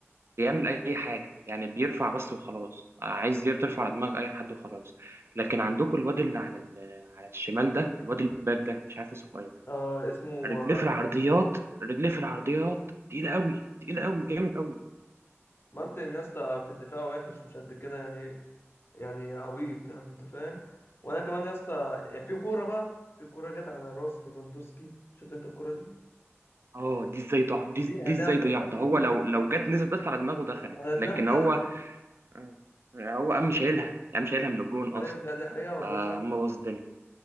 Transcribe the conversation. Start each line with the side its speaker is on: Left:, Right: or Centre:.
Right: بيعمل اي حاجه يعني بيرفع بس وخلاص عايز ير- ترفع على دماغ اي حد وخلاص لكن عندكم الواد اللي على ال- على الشمال ده الواد الباك ده مش عارف اسمه ايه
Left: آه اسمه
Right: رجليه
Left: آه،
Right: في العرضيات رجليه في العرضيات تقيله قوي تقيله قوي جامد قوي
Left: مارتن يا اسطى في الدفاع وحش مش قد كده يعني يعني عبيط يعني انت فاهم وانا كمان يا اسطى يعني في كوره بقى في كوره جت على راس ليفاندوسكي شفت انت الكوره دي
Right: اه دي ازاي ضاع دي
Left: دي ده
Right: دي
Left: انا
Right: ازاي
Left: استغربت
Right: ضيع ده
Left: موت
Right: هو لو لو جت نزلت بس على دماغه دخلت
Left: انا دماغي
Right: لكن
Left: دخلت
Right: هو آه، هو قام شايلها قام شايلها من الجون اصلا
Left: ايوه ده دي حقيقه والله
Right: فهم
Left: شهادة
Right: باظ الدنيا